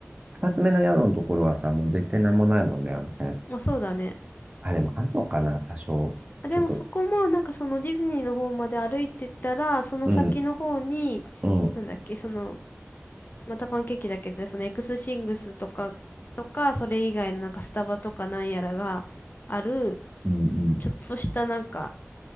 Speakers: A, on the right (about 25°); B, on the left (about 40°).
A: 二つ目の宿のところはさ、もう絶対なんもないもんね、あの辺。
B: まあそうだね。
A: あ、でもあんのかな、多少。
B: あ、でもそこもなんかそのディズニーの方まで歩いてったら、
A: ちょっと、
B: その先の方に、
A: うん、うん、うん、
B: なんだっけ、その、またパンケーキだけで、そのエクスシングスとか、とか、それ以外のなんかスタバとかなんやらがある、
A: うん、
B: ちょっとしたなんか、